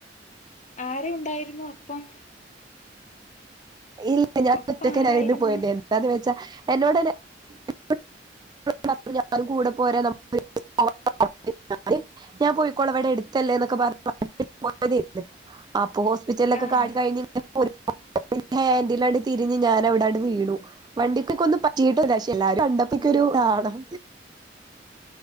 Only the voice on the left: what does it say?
ആരരെ ഉണ്ടായിരുന്നു ഒപ്പം
ഒപ്പം
ആരായിരുന്നു
ആഹ്